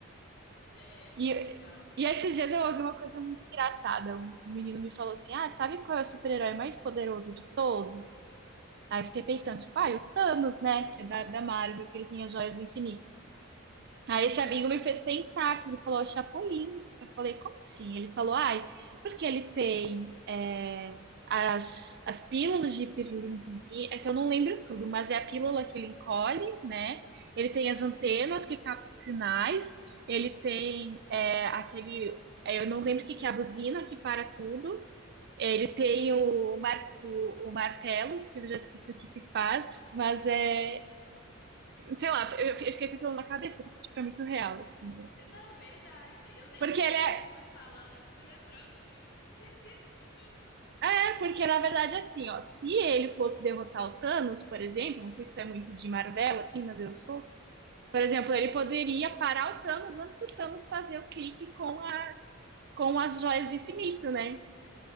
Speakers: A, on the left (about 60°); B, on the right (about 55°).
A: É muito
B: E,
A: legal.
B: e esses dias eu ouvi uma coisa muito engraçada. Um um menino me falou assim: Ah, sabe qual é o super-herói mais poderoso de todos? Aí eu fiquei pensando, tipo, ah, e o Thanos, né? Que é da, da Marvel, que ele tem as joias do infinito.
A: Uhum.
B: Aí esse amigo me fez pensar que ele falou Chapolin. Eu falei, como assim? Ele falou, ai, porque ele tem é, as, as pílulas de pirlimpimpim, é que eu não lembro tudo, mas é a pílula que ele encolhe, né? Ele
A: Isso.
B: tem as antenas que captam sinais, ele tem é, aquele, é, eu não lembro o que que é a buzina que para tudo, ele tem o, mar, o, o martelo, que eu já esqueci o que que faz, mas é Sei lá, eu fiquei com aquilo na cabeça, tipo, é muito real, assim, né?
A: Não, verdade. Eu nem.
B: Porque
A: Olha,
B: ele é,
A: você foi falando, eu fui lembrando, porque eu já tinha esquecido disso tudo.
B: é,
A: Incrível.
B: porque na verdade, é assim, ó, se ele fosse derrotar o Thanos, por exemplo, não sei se tu é muito de Marvel, assim, mas eu sou. Por exemplo, ele poderia parar o Thanos antes do Thanos fazer o clique com, a, com as joias do infinito, né?